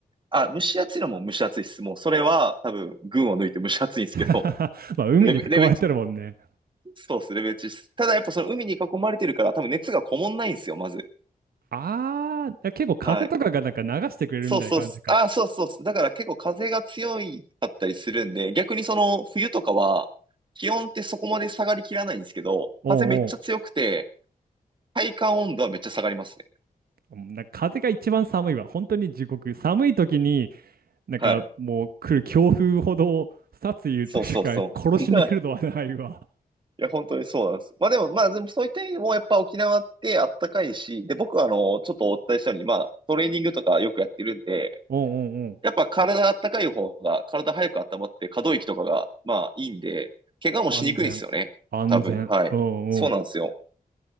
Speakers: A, on the right; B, on the right.
A: あ、蒸し暑いのも蒸し暑いです。もうそれは多分群を抜いて蒸し暑いんですけど、
B: <laughs> まあ海に囲まれてるもんね。
A: レベ、レベチ、そうです、レベチです。ただやっぱその海に囲まれてるから多分熱がこもんないんですよ、まず。
B: あー、結構風とかがなんか流してくれるみたいな感じか。
A: はい。そうそうっす。あ、そうそうっす。だから結構風が強いかったりするんで、逆にその冬とかは、気温ってそこまで下がりきらないんですけど、
B: おうおう。
A: 風めっちゃ強くて、体感温度はめっちゃ下がりますね。
B: んなんか風が一番寒いわ。本当に地獄。寒い時になんかもう来る強風ほど殺意というか殺しに来るのはないわ。
A: はい。そうそうそう。<laughs> いや、本当にそうなんです。まあでも、まあでもそういった意味でも、やっぱ沖縄ってあったかいし、で、僕はあの、ちょっとお伝えしたように、まあ、トレーニングとかよくやってるんで、
B: うんうんうん。
A: やっぱ体あったかい方が、体早く温まって可動域とかが、まあいいんで、怪我もしにくいんですよね。
B: 安全。安全。
A: 多分。はい。
B: うんうん。
A: そうなんですよ。